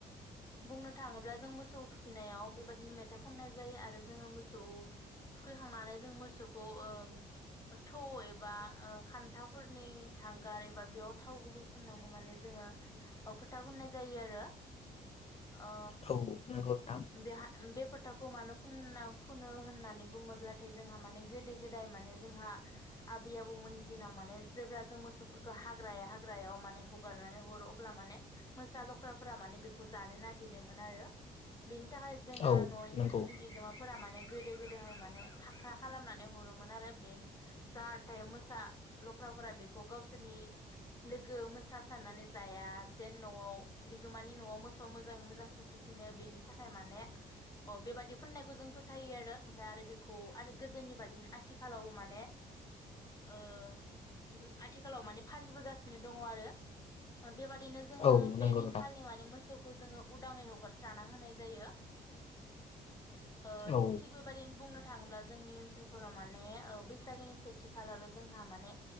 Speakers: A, on the left; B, on the left.
A: बुंनो थाङोब्ला जों मोसौ थुखैनायाव बेबायदिनो मे थाइ खननाय जायो आरो जोङो मोसौ थुखैखांनानै जों ओ मोसौखौ ओ थौ एबा ओ खान्थाफोरनि हांगार एबा बेयाव थाव गुबै फाननानै माने जोङो ओ फोथा फुननाय जायो आरो। ओ
B: औ नंगौ नोंथां
A: बेहा ओम बे फो थाखौ मानो फुनना फुनो होननानै बुङोब्लाथाय जोंहा माने गोदो गोदाय माने जोंहा आबै आबौमोननि दिनाव माने जेब्ला जों मोसौफोरखौ हाग्रााया हाग्रायाव माने हगारनानै हरो अब्ला माने मोसा लख्राफोरा माने बेखौ जानो नागिरोमोन आरो बि थाखाय जोङो
B: औ नंगौ
A: मोसौनि बिगोमाफोरा माने गोदो गोदोहाय माने फाख्रा खालामनानै हरोमोन आरो बे जाहाथे मोसा लख्राफोरा बेखौ गावसोरनि लोगो मोसा साननानै जाया जेन न'आव बिगोमानि न'आव मोसौ मोजां मोजां सफैफिनो बेनि थाखाय माने अ बेबादि फुननायखौ जों फोथायो आरो ओमफाय आरो बेखौ आरो गोदोनि बादिनो आथिखालाव माने ओ गो आथिखालाव माने फालिबोगासिनो दङ' आरो बेबादिनो जोङो
B: औ नंगौ
A: बे दिनखालि
B: नोंथां
A: माने मोसौखौ जोङो उदाङै हगारस्रा होनाय जायो। ओ
B: औ
A: थिग बेबादिनो बुंनो थाङोब्ला जोंनि ओनसोलफोराव माने औ बैसागोनि सेथि खालाराव जोंहा माने